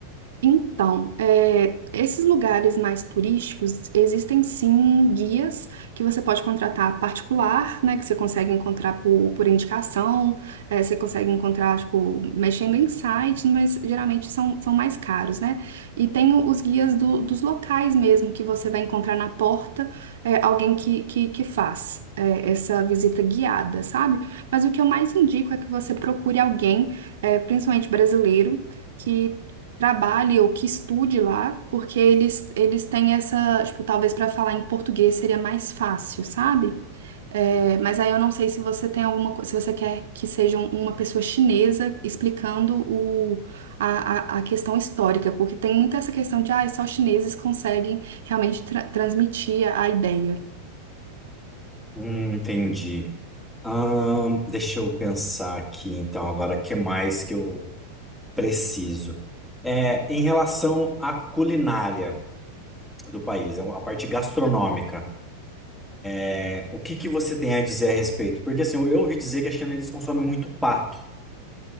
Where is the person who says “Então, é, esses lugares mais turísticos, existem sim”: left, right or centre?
Right